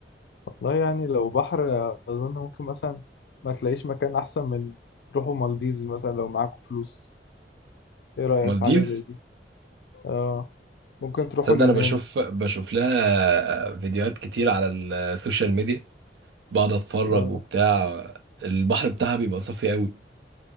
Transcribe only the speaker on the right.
مالديفز
تصدق
انا بشوف بشوف لها فيديوهات كتير على السوشيال ميديا بقعد اتفرج
وبتاع البحر بتاعها بيبقى صافي قوي